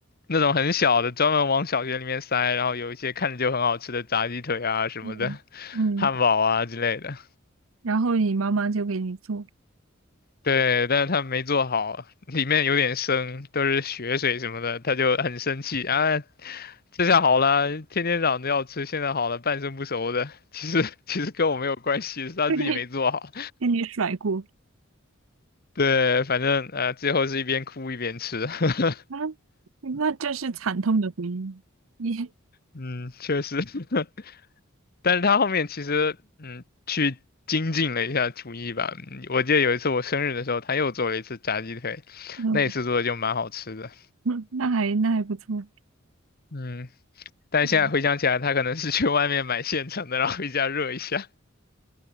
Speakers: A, on the left; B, on the right.
A: 那种很小的，专门往小学里面塞，然后有一些看着就很好吃的炸鸡腿啊什么的，
B: 嗯，
A: <laughs>
B: 嗯，
A: 汉堡啊之类的。
B: 然后你妈妈就给你做，
A: 对，但是他没做好，里面有点生，都是血水什么的，他就很生气啊。这下好了，天天嚷着要吃，现在好了，半生不熟的，其实其实跟我没有关系，
B: <laughs>
A: 是他自己没做好。
B: 给你给你甩锅，
A: 对，反正呃，最后是一边哭一边吃。<laughs>
B: 啊，那这是惨痛的回忆。你，
A: 嗯，确实，<laughs> 但是他后面其实嗯去精进了一下厨艺吧。嗯我记得有一次我生日的时候，他又做了一次炸鸡腿，
B: 嗯，
A: 那一次做的就蛮好吃的。
B: 嗯那还那还不错，
A: 嗯，但现在回想起来，
B: 嗯，
A: 他可能是去外面买现成的，然后回家热一下。